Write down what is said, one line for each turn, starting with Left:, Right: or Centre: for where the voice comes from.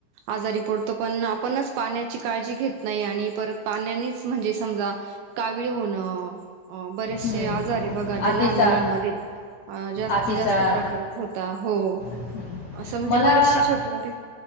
Right: आजारी पडतो पण आपणच पाण्याची काळजी घेत नाही आणि परत पाण्यानीच म्हणजे समजा कावीळ होणं अ बरेचसे
Left: हम्म.
Right: आजार आहे बघा जे
Left: अतिसार
Right: लहान मुलां मध्ये जास्तीत
Left: अतिसार
Right: जास्त प्रकारात होता हो
Left: हम्म.
Right: असं म्हणजे
Left: मला
Right: बरेचसे छोटे मोठे